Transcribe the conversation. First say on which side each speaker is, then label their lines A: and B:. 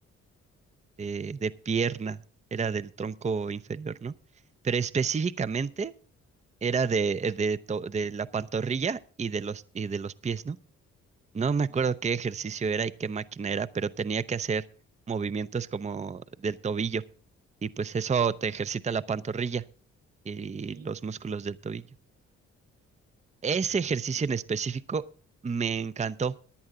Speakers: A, on the right; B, on the right.
A: de, de pierna, era del tronco inferior, ¿no? Pero específicamente era de, de, to- de la pantorrilla y de los, y de los pies, ¿no? No
B: Ujú,
A: me acuerdo qué ejercicio era y qué máquina era, pero tenía que hacer movimientos como del tobillo. Y pues eso te ejercita la pantorrilla y
B: Sí,
A: los músculos del tobillo. Ese ejercicio
B: sí.
A: en específico me encantó